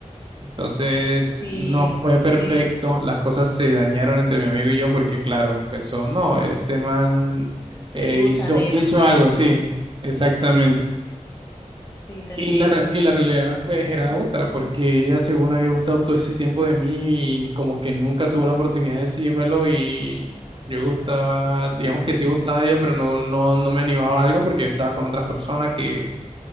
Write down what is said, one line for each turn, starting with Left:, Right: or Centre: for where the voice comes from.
Right: Entonces,
Left: Sí,
Right: no fue perfecto,
Left: de-
Right: las cosas se dañaron entre mi amigo y yo porque, claro, pensó, no, este man eh,
Left: es gusanero.
Right: hizo, hizo algo, sí, exactamente.
Left: Sí, te
Right: Y
Left: entiendo.
Right: la, re- y la realidad pues era otra, porque ella según había gustado todo ese tiempo de mí y como que nunca tuvo la oportunidad de decírmelo y yo gustaba, digamos que sí gustaba de ella, pero no, no, no me animaba a algo porque yo estaba con otras personas que,